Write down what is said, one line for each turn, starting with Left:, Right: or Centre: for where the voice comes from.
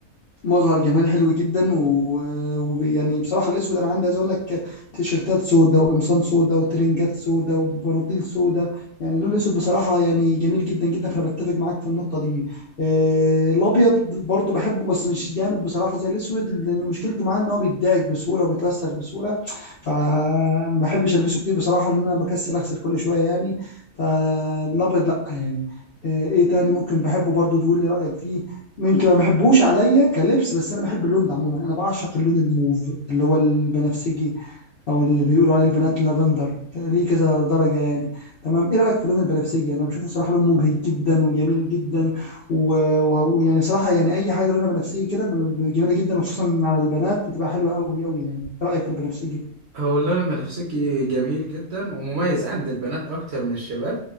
Left: مظهر جمالي حلو جدا و- وبي يعني بصراحه الاسود انا عندي عايز اقول لك تيشيرتات سودا وقمصان سودا وترنجات سودا وبناطيل سودا يعني اللون الاسود بصراحه يعني جميل جدا جدا فانا بتفق معاك في النقطه دي آه، الابيض برضو بحبه بس مش جامد بصراحه زي الاسود لان مشكلته معاه ان هو بيتضايق بسهوله وبيتوسخ بسهوله فما بحبش البسه كتير بصراحه لان انا بكسل اغسل كل شويه يعني فالابيض لا يعني آه، ايه تاني ممكن بحبه برضو تقول لي رايك فيه يمكن ما بحبهوش عليا كلبس بس انا بحب اللون ده عموما انا بعشق اللون الموف اللي هو البنفسجي او اللي بيقولوا عليه البنات لافندر ليه كذا درجه يعني تمام ايه رايك في اللون البنفسجي انا بشوفه صراحه لون مبهج جدا وجميل جدا و- و- ويعني صراحه يعني اي حاجه لونها بنفسجي كده ب- ب- جميله جدا وخصوصا على البنات بتبقى حلوه قوي قوي يعني ايه رايك في البنفسجي
Right: هو اللون البنفسجي جميل جدا ومميز عند البنات اكتر من الشباب